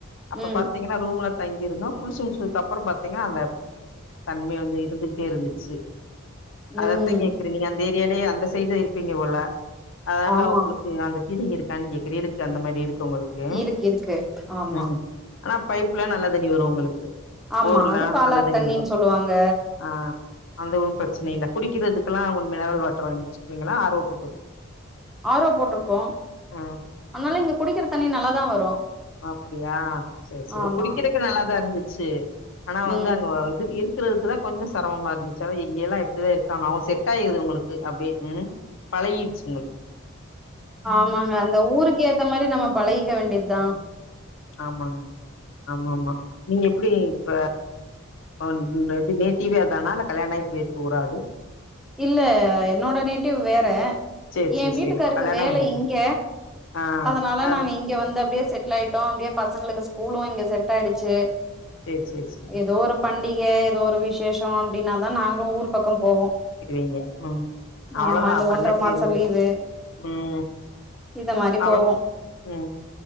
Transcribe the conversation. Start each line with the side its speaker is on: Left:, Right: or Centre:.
Left: அப்ப
Centre: ம்
Left: பாத்தீங்கன்னா ரூம்ல தங்கிருந்தோ குளிச்சு முடிச்சதுக்கப்பறொ பாத்தீங்கன்னா அந்த <inaudible> தன்மை வந்து இருந்துகிட்டே இருந்துச்சு அதத்தா
Centre: ம்
Left: கேக்குற நீங்க அந்த ஏரியாலேயே அந்த சைடே இருப்பீங்க போல அதனால
Centre: ஆமா
Left: உங்ளுக்கு து அந்த ஃபீலிங் இருக்கானு கேக்குறே இருக்கு அந்த மாரி இருக்கு உங்களுக்கு
Centre: இருக்கு இருக்கு ஆமா
Left: ம் ஆனா பைப்ல நல்ல தண்ணி வரு உங்களுக்கு
Centre: ஆமா
Left: போர்ல
Centre: அது பாலாறு
Left: நல்ல தண்ணி
Centre: தண்ணின்
Left: வரு
Centre: சொல்லுவாங்க
Left: ஆ அந்த ஒன்னு பிரச்சன இல்ல குடிக்கிறதுக்குல்லா உங்களுக் மினரல் வாட்டர் வாங்கி வச்சுக்கவீங்களா ஆர் ஓ போட்டு வச்சு
Centre: ஆர் ஓ போட்டுருக்கோ
Left: ஓ
Centre: ஆனாலு இங்க குடிக்கிற தண்ணி நல்லாதா வரு
Left: அப்புடியா செரி செரி
Centre: ஆமா
Left: குடிக்கிறக்கு நல்லாதா இருந்துச்சு ஆனா
Centre: ம்
Left: வந்து அங்க வ இது இருக் க்கிறதுக்குதா கொஞ்சொ செரமமா இருந்துச்சு அதா இங்கேல்லா எப்டிதா இருக்காங்க அவங்க செட் ஆயிடுது உங்களுக்கு அப்டியே ம் பழகிருச்சு உங்களுக்
Centre: ஆமாங்க அந்த ஊருக்கு ஏத்த மாரி நம்ம பழகிக்க வேண்டியதா
Left: ஆமாங்க ஆமா ஆமா நீங்க எப்டி இப்ப ஒன் இது நேட்டிவே அதானா இல்ல கல்யாண ஆகி போய் இருக்க ஊரா அது
Centre: இல்ல என்னோட நேட்டிவ் வேற
Left: சேரி சேரி
Centre: எ வீட்டுக்காருக்கு
Left: சேரி இப்ப கல்யாண
Centre: வேல
Left: ஆகி வந்துட்ட
Centre: இங்க
Left: ஆ
Centre: அதனால
Left: அனுப்
Centre: நாங்க இங்க வந்து அப்படியே செட்டில் ஆயிட்டோ அப்படியே பசங்களுக்கு ஸ்கூலு இங்க செட் ஆயிடுச்சு
Left: சேரி சேரி சேரி
Centre: எதோ ஒரு பண்டிகை எதோ ஒரு விசேஷ அப்டினாதா நாங்களு ஊர் பக்க போவோ
Left: வீங்க ம் அவ்ளதா
Centre: ஆமா இந்த
Left: அப்பற
Centre: ஒன்ற
Left: என்னா
Centre: மாச
Left: செய்யுறது
Centre: லீவு
Left: ம்
Centre: இந்த மாரி
Left: அவ்ளோ
Centre: போவோ
Left: ம்